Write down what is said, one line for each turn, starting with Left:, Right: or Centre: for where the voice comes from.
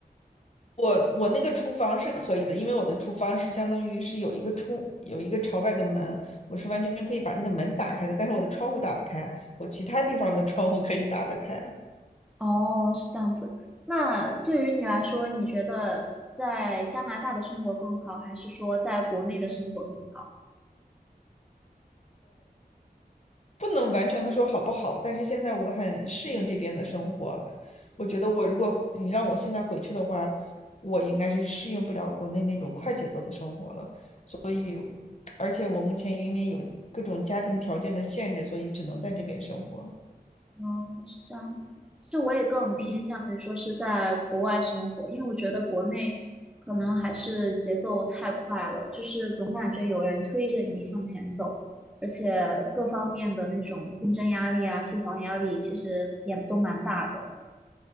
Left: 我我那个厨房是可以的，因为我的厨房是相当于是有一个冲有一个朝外的门，我是完全可以把那个门打开的，但是我的窗户打不开，我其他地方的窗户可以打得开。
Centre: 哦，是这样子。那对于你来说，你觉得在加拿大的生活更好，还是说在国内的生活更好？
Left: 不能完全的说好不好，但是现在我很适应这边的生活。我觉得我如果你让我现在回去的话，我应该是适应不了国内那种快节奏的生活了。所以，而且我目前因为有各种家庭条件的限制，所以只能在这边生活，
Centre: 嗯，是这样子。其实我也更偏向于说是在国外生活，
Left: 嗯，
Centre: 因为我觉得国内可能还是节奏太快了，就是总感觉有人推着你向前走，而且各方面的那种竞争压力啊、住房压力，其实也都蛮大的。